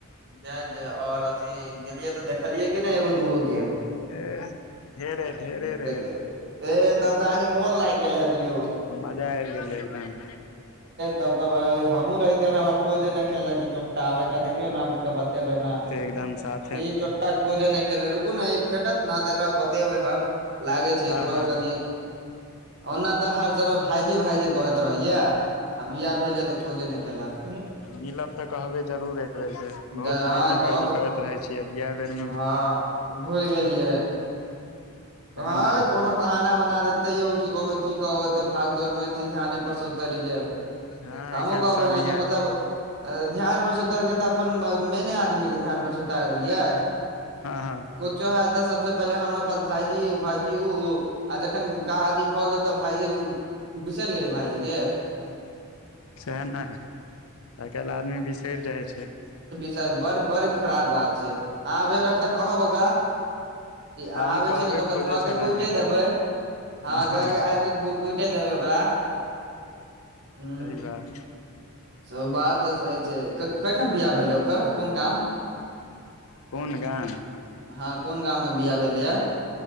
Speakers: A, on the right; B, on the left.
A: जय जय आओर अथी गेलियै तऽ देखलियै कि नहि एगो दूगो के
B: ए ढेरे ढेरे रहै
A: तब तऽ अहाँके मोन लागि गेल हेत यौ
B: मजा आबि गेलै एकदम
A: तब त हम्मू रह गलो खोजे नहि खेललक चोटा आबे क देखिय ने आब के बतेबै ने
B: <unintelligible> साथ
A: ई चोटा खोजे नहि खेले रुकु ने ई भेटत ने त एकरा बतेबेै हम लागै छै
B: हँ
A: एकरो
B: हँ
A: कनि ओना तऽ हर गजह भाइजी भाइजी करैत रहहियै आ बिआाह भेल या तऽ खोजे नहि केलक
B: मिलब तऽ कहबै जरूर एक बेेर जे
A: मुदा
B: बहुत
A: अहा
B: भायजी भायजी
A: कहब
B: करैत रहै छियै बिहा बेर म
A: हँ भूलि गेलियै
B: सएह
A: <unintelligible>
B: ने
A: कोनो बहाना बना देते यौ की कहबे की कह एते भाग दौड़ मे अथी ध्यान पर से उतरि गेल तऽ
B: हँ आइ
A: हमहुँ
B: काल्हि
A: कहबना
B: सब इएह
A: कि मतलब ध्यान पर सुतलके तऽ अपन मैने आदमी के धान पर उत देलियै
B: हँ हँ
A: कुछो ह त सबस पहिले हमरा पास भाईजी भाईजी उ आ जखना अथ भऽ गेल तऽ भाईजी बिसरि गेले भाईजी के
B: सएह ने आइकाल्हि आदमी बिसरि जाइ छै
A: चल बड़ बड़ खराब बात छै अहाँ भेट तऽ कहब ओकरा अब
B: हँ
A: अबे
B: हम कहबे
A: छिय ने तऽ ओकरा
B: खोजै
A: धऽ
B: छलए
A: के कुटे
B: अहाँके
A: देबे ह
B: हँ हँ
A: के आब के कुटे देबे ओकरा ह
B: सही बात
A: स बात तऽ सही छै कठाम बिआाह भेल ओकर कोन गाम
B: कोन गाम
A: हँ कोन गाम में बिहा भेले हा